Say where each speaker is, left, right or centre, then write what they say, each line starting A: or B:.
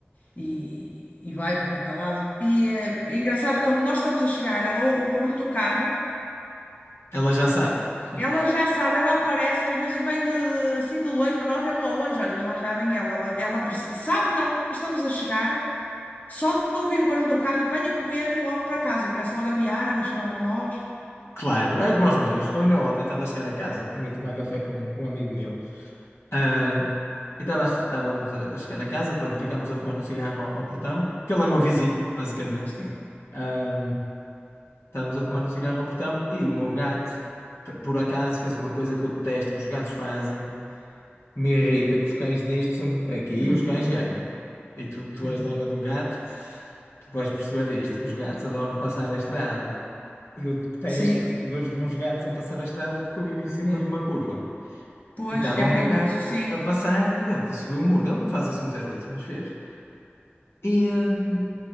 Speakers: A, on the left; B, on the left.
A: e, e vai para qualquer lado. E eh, é engraçado que quando nós estamos a chegar, ela, o, o barulho do carro.
B: Ela já sabe. <laughs>
A: Ela já sabe, ela aparece, às vezes vem de, assim de longe, mas nós vemos lá ao longe, olha, já, já vem ela, ela, ela perce- sabe que nós estamos a chegar Só de ouvir o barulho do carro e venha correr logo para casa. E começa logo a miar, a chamar por nós.
B: Claro, é como os meus. Eu ainda ontem estava a chegar a casa, tinha de tomar café com, com um amigo meu. Ah, e estava a- estávamos a, a chegar a casa, pronto, ficámos a fumar um cigarro ao, ao portão, que ele é meu vizinho, basicamente.
A: Sim.
B: Ah, estávamos a fumar um cigarro ao portão e o meu gato, t- por acaso, fez uma coisa que eu detesto, que os gatos fazem, me irrita, que os cães nisto são aqui,
A: Uhum.
B: os cães ganham. E tu, tu
A: <laughs>
B: és dona de um gato, tu vais perceber isto. Os gatos adoram passar a estrada. E eu detesto
A: Sim,
B: ver os meus gatos a passar a estrada porque eu vivo em cima
A: mesmo.
B: de uma curva.
A: Pois,
B: E estava
A: é
B: o
A: perigoso,
B: meu gato
A: sim,
B: a passar, pronto, subiu o muro. Ele não faz isso muitas vezes, mas fez. E, hum,